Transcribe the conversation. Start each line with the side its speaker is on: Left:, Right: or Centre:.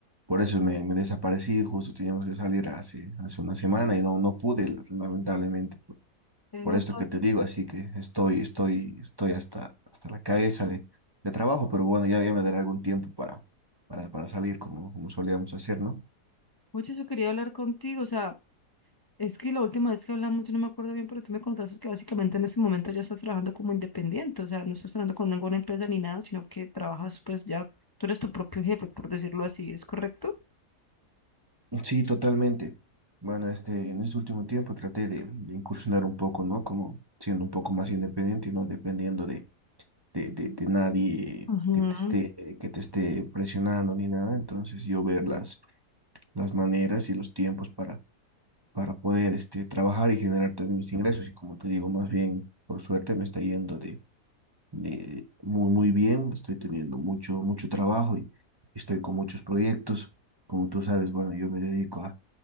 Right: por eso me, me desaparecí, justo teníamos que salir hace, hace una semana y no, no pude, lamentablemente, por,
Left: Te
Right: por
Left: noto.
Right: esto que te digo, así que estoy, estoy, estoy hasta, hasta la cabeza de, de trabajo, pero bueno, ya, ya me daré algún tiempo para, para, para salir como, como solíamos hacer, ¿no?
Left: Mucho eso quería hablar contigo, o sea, es que la última vez que hablamos yo no me acuerdo bien, pero tú me contaste que básicamente en este momento ya estás trabajando como independiente, o sea, no estás trabajando con ninguna empresa ni nada, sino que trabajas pues ya, tú eres tu propio jefe, por decirlo así, ¿es correcto?
Right: Sí, totalmente. Bueno, este, en este último tiempo traté de, de incursionar un poco, ¿no? Como siendo un poco más independiente y no dependiendo de, de, de, de nadie
Left: Ajá.
Right: que te esté, que te esté presionando ni nada. Entonces yo ver las, las maneras y los tiempos para, para poder este, trabajar y generar también mis ingresos. Y como te digo, más bien, por suerte me está yendo de, de muy, muy bien. Estoy teniendo mucho, mucho trabajo y estoy con muchos proyectos. Como tú sabes, bueno, yo me dedico a